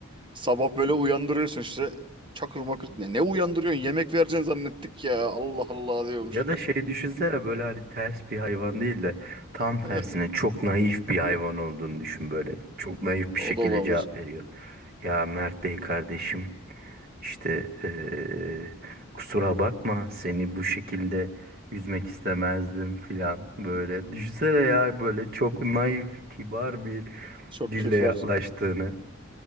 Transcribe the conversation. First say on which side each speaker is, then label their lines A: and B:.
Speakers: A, on the right; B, on the right.
A: Sabah böyle uyandırıyorsun işte. Çakır makır. Ne, ne uyandırıyorsun? Yemek vereceğini zannettik ya. Allah Allah diyormuş.
B: Ya da şey düşünsene böyle hani ters bir hayvan değil de tam
A: <laughs>
B: tersine çok naif bir hayvan olduğunu düşün böyle. Çok naif bir
A: O
B: şekilde
A: da olabilir.
B: cevap veriyor. Ya Mert Bey kardeşim işte eee, kusura bakma seni bu şekilde üzmek istemezdim filan böyle. Düşünsene ya böyle çok naif kibar bir
A: Çok
B: dille
A: keyif
B: yaklaştığını.
A: var.